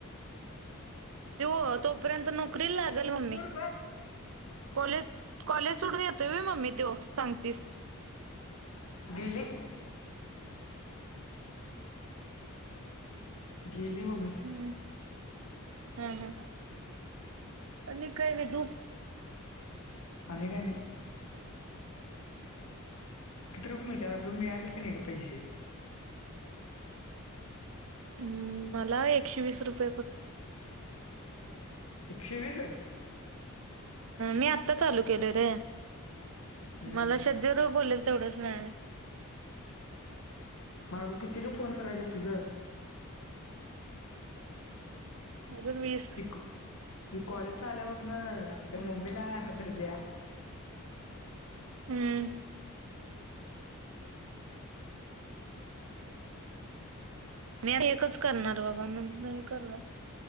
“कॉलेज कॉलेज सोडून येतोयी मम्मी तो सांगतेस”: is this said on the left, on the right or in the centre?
Right